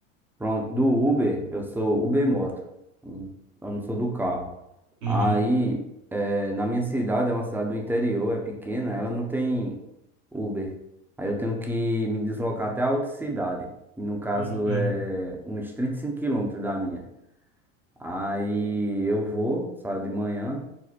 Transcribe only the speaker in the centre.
pronto. Do Uber, eu sou Uber Moto. Eu não eu não sou do carro.
Aí. É, Na minha cidade, é uma cidade do interior, é pequena, ela não tem Uber. Aí eu tenho que me deslocar até a outra cidade. E no caso
é uns 35 quilômetros da minha. Aí eu vou, saio de manhã.